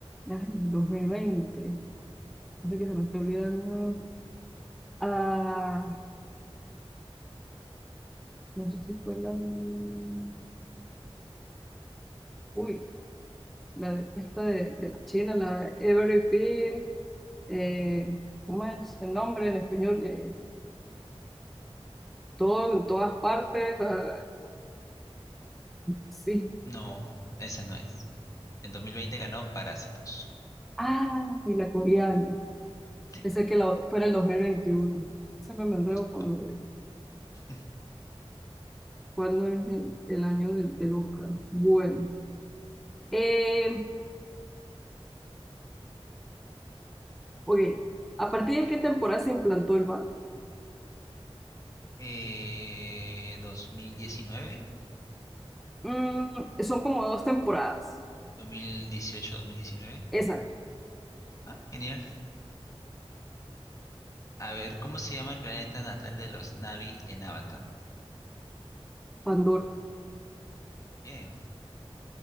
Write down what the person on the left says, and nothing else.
No, esa no es. En 2020 ganó Parásitos.
Sí,
pues
no.
<laughs>
Eh, 2019,
2018, 2019.
Ah, genial. A ver, ¿cómo se llama el planeta natal de los Na'vi en Avatar?
Bien,